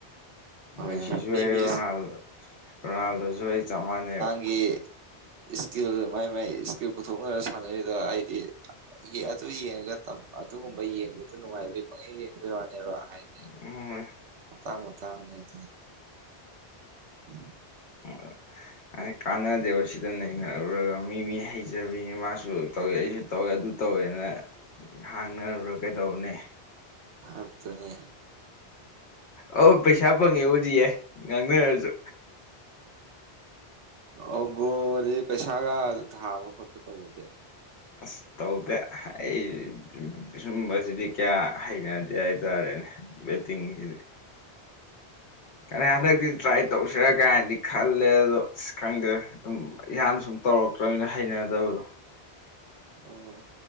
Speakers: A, on the right; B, on the left.
A: ꯍꯣꯏ
B: ꯃꯦꯁꯤꯁꯨ
A: ꯃꯤ
B: ꯍꯩ
A: ꯃꯤ
B: ꯔꯣꯅꯥꯜꯗ ꯔꯣꯅꯥꯜꯗꯣꯁꯨ ꯍꯩ ꯆꯞ ꯃꯥꯟꯅꯩꯕ꯫
A: ꯒꯤ꯫ ꯏꯁꯀꯤꯜ ꯃꯥꯏ ꯃꯥꯏ ꯏꯁꯀꯤꯜ ꯄꯨꯊꯣꯛꯅꯔ ꯁꯥꯟꯅꯔꯤꯗ ꯑꯩꯗꯤ ꯑꯗꯨ ꯌꯦꯡꯉꯒ ꯑꯗꯨꯒꯨꯝꯕ ꯌꯦꯡꯕꯗꯨ ꯅꯨꯡꯉꯥꯏꯕꯩ ꯄꯪꯡ ꯌꯦꯡꯕꯩ ꯋꯥꯅꯦꯕ ꯍꯥꯏꯗꯤ
B: <unintelligible>
A: ꯃꯇꯥꯡ ꯃꯇꯥꯡꯅꯦ ꯍꯥꯏꯇꯔꯦ꯫ ꯎꯝ
B: <unintelligible> ꯍꯥꯏ ꯀꯥꯟꯅꯗꯦꯕ ꯁꯤꯗ ꯅꯩꯅꯔꯨꯔꯒ ꯃꯤ ꯃꯤ ꯍꯩꯖꯕꯤꯅꯤ ꯃꯥꯁꯨ ꯇꯧꯋꯤ ꯑꯩꯁꯨ ꯇꯧꯋꯦ ꯑꯗꯨ ꯇꯧꯋꯦꯅ ꯍꯥꯡꯅꯔꯨꯔ ꯀꯩꯗꯧꯕꯅꯤ꯫
A: ꯑꯗꯨꯅꯤ꯫
B: ꯑꯣ ꯄꯩꯁꯥ ꯐꯪꯉꯦꯕꯨꯗꯤ ꯌꯥꯏ ꯉꯥꯡꯅꯔꯁꯨ꯫
A: ꯑꯣ ꯕꯣꯔꯗꯤ ꯄꯩꯁꯥꯒ ꯊꯕ ꯈꯣꯠꯄ ꯇꯧꯕꯗꯤ꯫
B: ꯑꯁ ꯇꯧꯗꯦ ꯑꯩ ꯁꯨꯝꯕꯁꯤꯗꯤ ꯀꯌꯥ ꯍꯩꯅꯗꯦ ꯍꯥꯏꯇꯥꯔꯦꯅꯦ ꯇꯤꯡꯒꯤꯗꯤ ꯑ ꯍꯟꯗꯛꯇꯤ ꯇ꯭ꯔꯥꯏ ꯇꯧꯁꯤꯔꯀꯥꯏꯗꯤ ꯈꯜꯂꯦ ꯑꯗꯣ ꯑꯁ ꯈꯪꯗꯦ ꯑꯗꯨꯝ ꯏꯍꯥꯟ ꯁꯨꯝ ꯇꯧꯔꯛꯇ꯭ꯔꯕꯅꯤꯅ ꯍꯩꯅꯗꯕꯗꯣ꯫
A: ꯑꯣ